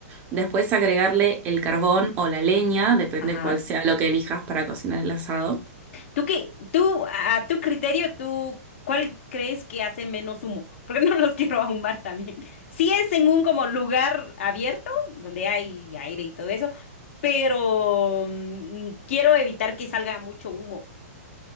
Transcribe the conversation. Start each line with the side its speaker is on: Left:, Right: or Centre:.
Right: después agregarle el carbón o la leña, depende
Left: Ajá.
Right: cuál sea lo que elijas para cocinar el asado.
Left: ¿Tú qué? ¿Tú, a tu criterio, tú, cuál crees que hace menos humo? Porque <laughs> no los quiero ahumar también. Sí es en un como lugar abierto, donde hay aire y todo eso, pero mm, quiero evitar que salga mucho humo.